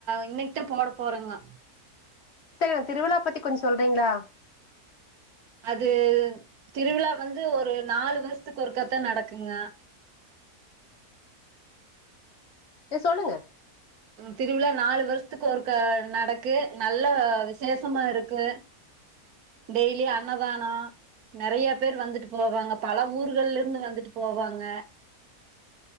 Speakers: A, on the right (about 80°); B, on the left (about 50°).
A: இன்னைக்கு தா போட போறங்கோ
B: சேரிங்க திருவிழா பத்தி கொஞ்சோ சொல்றீங்களா
A: அது திருவிழா வந்து ஒரு நாலு வருஷத்துக்கு ஒருக்கத்தா நடக்குங்க
B: ஏ சொல்லுங்க
A: திருவிழா நாலு வருஷத்துக்கு ஒருக்க நடக்கு நல்ல விசேஷமா இருக்கு டெய்லியு அண்ணதானோ நெறைய பேர் வந்துட்டு போவாங்க பல ஊர்கள்ல இர்ந்து வந்துட்டு போவாங்க